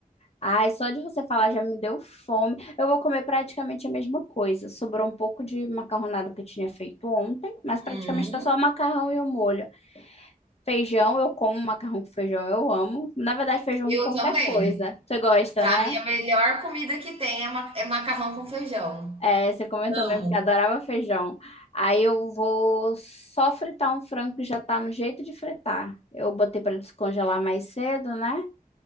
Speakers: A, on the left; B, on the right.
A: Ai, só de você falar já me deu fome. Eu vou comer praticamente a mesma coisa. Sobrou um pouco de macarronada que eu tinha feito ontem, mas praticamente
B: Hum,
A: tá só macarrão e o molho. Feijão, eu como macarrão com feijão, eu amo. Na verdade, feijão
B: eu
A: com qualquer
B: também.
A: coisa. Você gosta,
B: Pra
A: né?
B: mim a melhor comida que tem é ma é macarrão com feijão.
A: É, você comentou
B: Amo.
A: mesmo que adorava feijão. Aí eu vou só fritar um frango que já tá no jeito de fritar. Eu botei pra descongelar mais cedo, né?